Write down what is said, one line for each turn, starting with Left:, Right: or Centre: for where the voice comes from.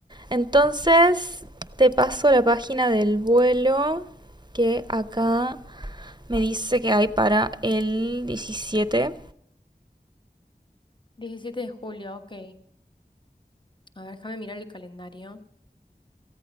Right: Entonces, te paso la página del vuelo que acá me dice que hay para el 17.
Left: 17 de julio, ok. A ver, déjame mirar el calendario.